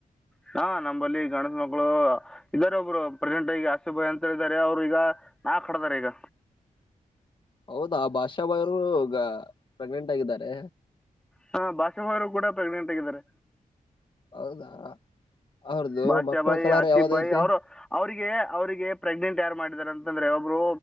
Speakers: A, in the centre; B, on the left.
A: ಹಾ ನಂಬಲ್ಲಿ ಗಣಸ ಮಕ್ಳು ಇದಾರೆ ಒಬ್ರು ಪ್ರೆಸೆಂಟ್ಗಿ ಆಶಿಫ್ ಬಾಯ್ ಅಂತ ಇದಾರೆ ಅವ್ರು ಈಗ ನಾಕ್ಕ ಹಾಡದರ ಈಗ.
B: ಹೌದಾ ಬಾಷಾ ಬಾಯ್ ರು ಪ್ರೆಗ್ನೆಂಟ್ ಆಗಿದ್ದಾರೆ.
A: ಹಾ ಬಾಷ ಬಾಯ್ ರು ಕೂಡ ಪ್ರೆಗ್ನೆಂಟ್ ಆಗಿದ್ದಾರೆ.
B: ಹೌದಾ. ಅವ್ರದು
A: ಬಾಷ
B: ಮಕ್ಕಳ
A: ಬಾಯ್
B: ಕಲರ್
A: ಆಸಿಫ್
B: ಯಾವ್ದೈತಿ
A: ಬಾಯ್ ಅವರು ಅವ್ರರಿಗೆ ಅವ್ರಿಗೆ ಪ್ರೆಗ್ನೆಂಟ್ ಯಾರು ಮಾಡ ಇದರ ಅಂತಂದ್ರೆ ಒಬ್ರು